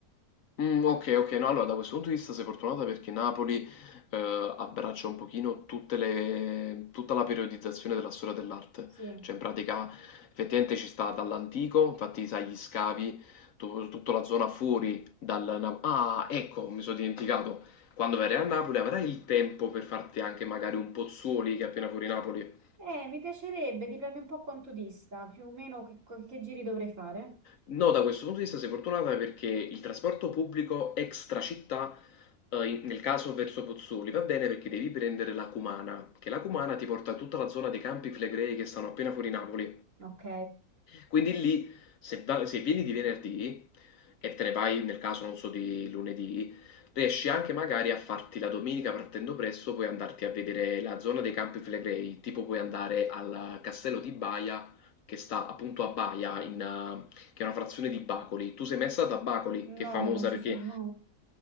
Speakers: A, on the left; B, on the right.
A: Mm, ok, ok, no, allora da questo punto di vista sei fortunata perché Napoli eh, abbraccia un pochino tutte le, tutta la periodizzazione della storia dell'arte,
B: Sì,
A: cioè in pratica effettivamente ci sta dall'antico, infatti sai gli scavi, tu- tutta la zona fuori dal... Na- Ah, ecco, mi sono dimenticato, quando verrai a Napoli avrai il tempo per farti anche magari un Pozzuoli che è appena fuori Napoli,
B: eh, mi piacerebbe, dipende un po' quanto dista, più o meno che, che giri dovrei fare,
A: No, da questo punto di vista sei fortunata perché il trasporto pubblico extra città, eh, in- nel caso verso Pozzuoli, va bene perché devi prendere la Cumana, che la Cumana ti porta a tutta la zona dei Campi Flegrei che stanno appena fuori Napoli.
B: ok?
A: Quindi lì, se, va- se vieni di venerdì e te ne vai nel caso, non so, di lunedì, riesci anche magari a farti la domenica partendo presto, puoi andarti a vedere la zona dei Campi Flegrei, tipo puoi andare al castello di Baia che sta appunto a Baia in, eh, che è una frazione di Bacoli. Tu sei messa da Bacoli,
B: No,
A: che è famosa
B: non ci
A: perché
B: sono, no,